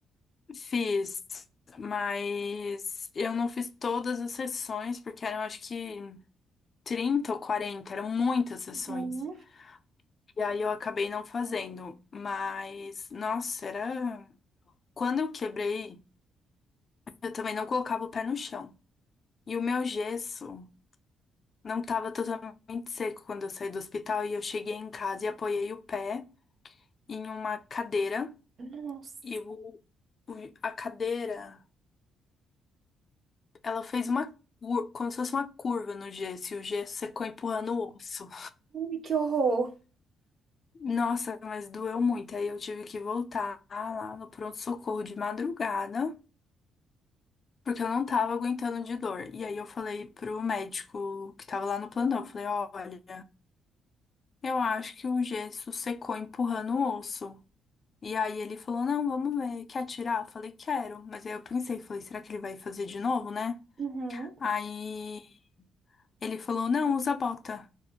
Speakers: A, on the left; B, on the right.
A: Fiz. Mas eu não fiz todas as sessões, porque eram acho que 30 ou 40, eram muitas sessões.
B: Uhum.
A: E aí eu acabei não fazendo. Mas, nossa, era. Quando eu quebrei, eu também não colocava o pé no chão. E o meu gesso não estava totalmente seco quando eu saí do hospital. E eu cheguei em casa e apoiei o pé em uma cadeira.
B: Nossa,
A: E o, o- a cadeira, ela fez uma. cur- Como se fosse uma curva no gesso, e o gesso secou empurrando o osso.
B: ai, que horror.
A: Nossa, mas doeu muito. Aí eu tive que voltar lá no pronto-socorro de madrugada. Porque eu não tava aguentando de dor. E aí eu falei pro médico que tava lá no plantão, eu falei, olha, eu acho que o gesso secou empurrando o osso. E aí ele falou, não, vamos ver, quer tirar? Eu falei, quero. Mas aí eu pensei, falei, será que ele vai fazer de novo, né?
B: Uhum.
A: Aí ele falou, não, usa bota.